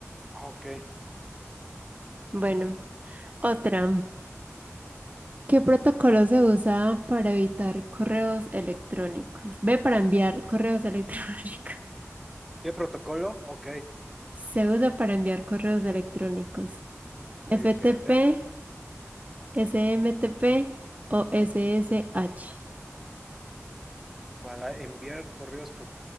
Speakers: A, in the centre; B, on the right.
A: Ah, ok.
B: Bueno, otra. ¿Qué protocolo se usa para evitar correos electrónicos? Ve para enviar correos electrónicos. <laughs>
A: ¿Qué protocolo? Ok,
B: Se usa para enviar correos electrónicos.
A: ok,
B: FTP,
A: ok. A ver,
B: SMTP o SSH.
A: para enviar correos, pro-